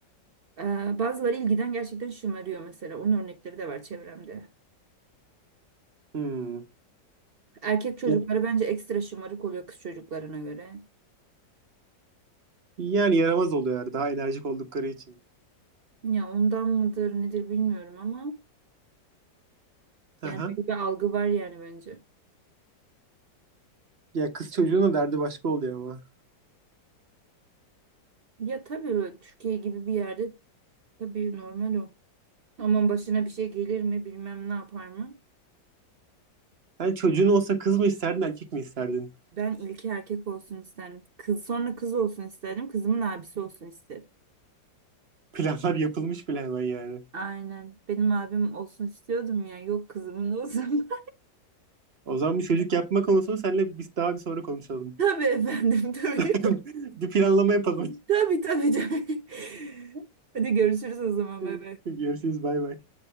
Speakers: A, on the right (about 85°); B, on the right (about 45°).
A: e, bazıları ilgiden gerçekten şımarıyor mesela. Onun örnekleri de var çevremde.
B: Hmm.
A: Erkek çocukları
B: Ya-
A: bence ekstra şımarık oluyor kız çocuklarına göre.
B: Yani yaramaz oluyorlar daha enerjik oldukları için.
A: Ya ondan mıdır nedir bilmiyorum ama
B: Aha.
A: Yani böyle bir algı var yani bence.
B: Ya kız çocuğunun derdi başka oluyor ama.
A: Ya tabii öyle Türkiye gibi bir yerde tabii normal o. Ama başına bir şey gelir mi bilmem ne yapar mı?
B: Sen çocuğun olsa kız mı isterdin erkek mi isterdin?
A: Ben ilki erkek olsun isterdim. Kız sonra kız olsun isterdim. Kızımın abisi olsun isterim.
B: <laughs> Planlar yapılmış bile hemen yani.
A: Aynen. Benim abim olsun istiyordum ya. Yok kızımın olsun.
B: O zaman bir çocuk yapma konusunu seninle biz daha bir sonra konuşalım.
A: <laughs> Tabii efendim tabii.
B: <laughs> Bir planlama yapalım.
A: <laughs> Tabii tabii tabii. <laughs> Hadi görüşürüz o zaman
B: <laughs>
A: bebe.
B: Görüşürüz bay bay.